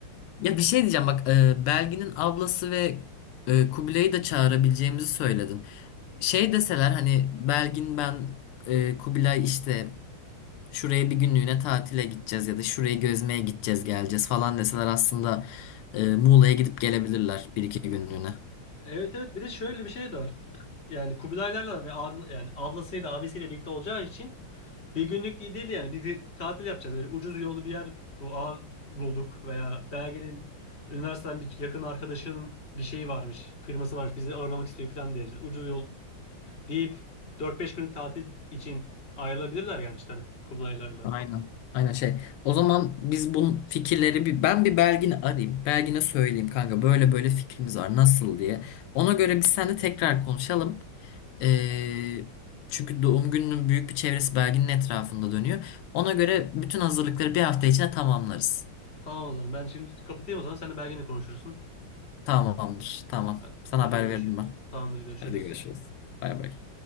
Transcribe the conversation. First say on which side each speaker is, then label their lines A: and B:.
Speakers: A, on the left; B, on the left.
A: Ya bir şey diyeceğim bak e, Belgin'in ablası ve e, Kubilay'ı da çağırabileceğimizi söyledin. Şey deseler hani Belgin ben e, Kubilay işte şuraya bir günlüğüne tatile gideceğiz ya da şurayı gezmeye gideceğiz geleceğiz falan deseler aslında e, Muğla'ya gidip gelebilirler bir iki günlüğüne.
B: Evet evet bir de şöyle bir şey de var. Yani Kubilaylarla ve abla, yani ablasıyla abisiyle birlikte olacağı için Bir günlük iyi değil yani. Bir tatil yapacağız. Böyle ucuz yollu bir yer bu a bulduk veya Belge'nin üniversiteden bir yakın arkadaşının bir şeyi varmış. Firması varmış. Bizi ağırlamak istiyor falan deriz. Ucuz yol deyip dört beş günlük tatil için ayrılabilirler yani işte hani Kubilaylarla.
A: Aynen. Aynen şey. O zaman biz bunun fikirleri bir ben bir Belgin'i arayayım. Belgin'e söyleyeyim kanka böyle böyle fikrimiz var nasıl diye. Ona göre biz seninle tekrar konuşalım. Ee, çünkü doğum gününün büyük bir çevresi Belgin'in etrafında dönüyor. Ona göre bütün hazırlıkları bir hafta içinde tamamlarız.
B: Tamam o zaman. Ben şimdi kapatayım o zaman. Sen de Belge'yle konuşursun.
A: Tamamdır. Tamam.
B: Ha-
A: Sana
B: Hadi
A: haber
B: görüşürüz.
A: veririm ben.
B: Tamamdır görüşürüz.
A: Hadi görüşürüz. Bay bay.